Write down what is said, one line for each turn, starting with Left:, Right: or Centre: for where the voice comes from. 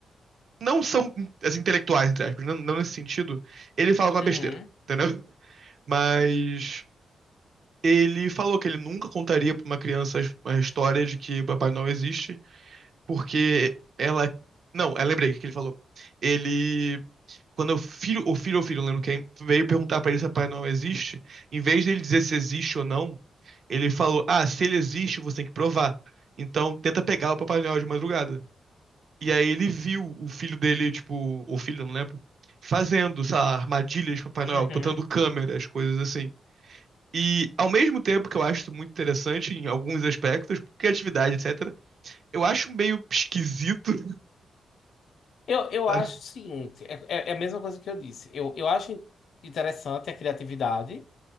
Right: não são as intelectuais entre aspas, não, não nesse sentido. Ele fala uma
Left: Uhum,
Right: besteira, entendeu? Mas ele falou que ele nunca contaria pra uma criança a história de que o Papai Noel existe, porque ela não, eu lembrei o que ele falou. Ele quando o filho, o filho ou filho, não lembro quem, veio perguntar pra ele se o Papai Noel existe, em vez dele dizer se existe ou não, Ele falou: Ah, se ele existe, você tem que provar. Então tenta pegar o Papai Noel de madrugada. E aí ele viu o filho dele, tipo, ou filho, eu não lembro, fazendo, sei lá, armadilhas de Papai
Left: uhum.
Right: Noel, botando câmeras, coisas assim. E ao mesmo tempo que eu acho isso muito interessante em alguns aspectos, criatividade, etc., eu acho meio esquisito.
Left: Eu, eu
Right: <laughs>
Left: acho
Right: sabe?
Left: o seguinte, é, é- é a mesma coisa que eu disse. Eu, eu acho interessante a criatividade,